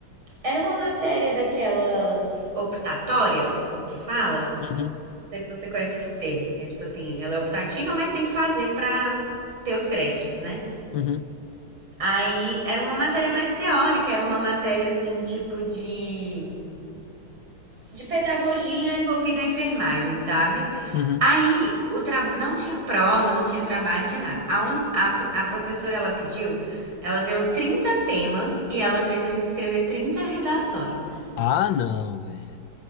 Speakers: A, on the right (about 85°); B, on the left (about 70°).
A: era uma matéria daquelas optatórias que fala
B: Uhum,
A: sei se você conhece esse termo, que é tipo assim, ela é optativa, mas tem que fazer pra ter os créditos, né?
B: uhum,
A: Aí era uma matéria mais teórica, era uma matéria assim, tipo de de pedagogia envolvida a enfermagem, sabe?
B: uhum.
A: Aí o tra... não tinha prova, não tinha trabalho, não tinha nada. A, uni- a, pro- a professora ela pediu, ela deu 30 temas e ela fez a gente escrever 30 redações.
B: Ah, não, velho.